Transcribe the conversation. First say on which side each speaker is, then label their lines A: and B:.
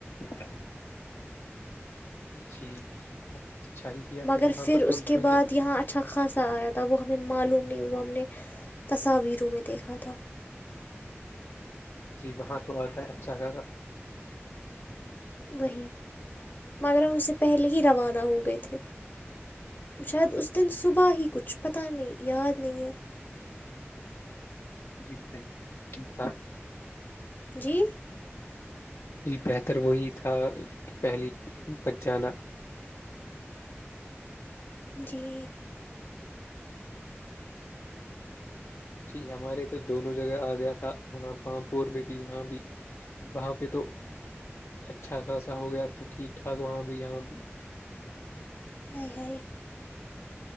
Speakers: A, on the left; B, on the left.
A: خبائی <unintelligible> جی اچھا ہی کیا
B: مگر
A: تھا یہاں
B: پھر
A: پر تو
B: اس کے
A: کیونکہ
B: بعد یہاں اچھا خاصا آیا تھا وہ ہمیں معلوم نہیں وہ ہم نے تصاویروں میں دیکھا تھا
A: جی وہاں تو آتا ہے اچھا گ
B: وہی مگر ہم اسے پہلے ہی روانہ ہو گئے تھے شاید اس دیں سبھا ہے کچھ پتہ نہیں یاد نہیں ہے
A: <inaudible>
B: جی
A: ج بہتر وہی تھا کہ پہلی بچ جانا
B: جی
A: جی ہمارے تو دونوں جگہ آ گیا تھا وہاں پامپور میں بھی یہاں بھی وہاں پہ تو اچھا خاصا ہو گیا تھا ٹھیک ٹھاک وہاں بھی یہاں بھی
B: <inaudible>